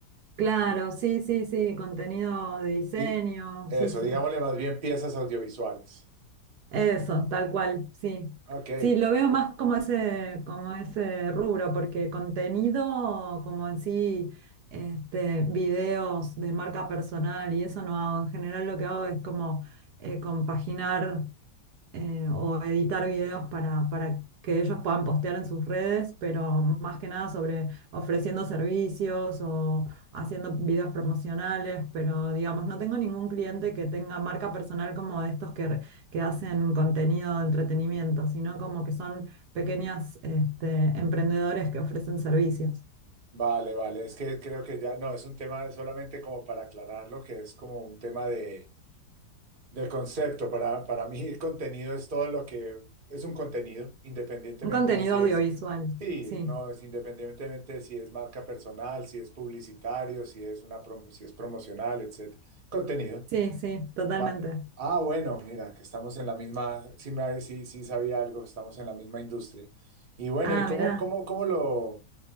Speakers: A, on the right; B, on the right.
A: claro,
B: Ok.
A: sí, sí, sí, contenido de diseño,
B: Di- Eso,
A: sí, sí.
B: digámosle más bien piezas audiovisuales.
A: Eso, tal cual, sí.
B: Ok.
A: Sí, lo veo más como ese, como ese rubro, porque contenido como en sí, este, videos de marca personal y eso no hago. En general lo que hago es como eh, compaginar eh, o editar videos para, para que ellos puedan postear en sus redes, pero más que nada sobre ofreciendo servicios o haciendo videos promocionales, pero digamos, no tengo ningún cliente que tenga marca personal como de estos que que hacen contenido de entretenimiento, sino como que son pequeñas este, emprendedores que ofrecen servicios.
B: Vale, vale, es que creo que ya, no, es un tema solamente como para aclarar lo que es como un tema de, de concepto. Para, para mí el contenido es todo lo que es un contenido, independientemente
A: Un contenido
B: de si
A: audiovisual,
B: es, sí,
A: sí,
B: no, es independientemente de si es marca personal, si es publicitario, si es una promo- si es promocional, etcétera. Contenido.
A: sí, sí, totalmente.
B: Va- Ah, bueno, mira, que estamos en la misma, sí, me- sí, sí sabía algo, estamos en la misma industria. Y bueno,
A: Ah,
B: ¿y cómo,
A: mirá,
B: cómo, cómo lo...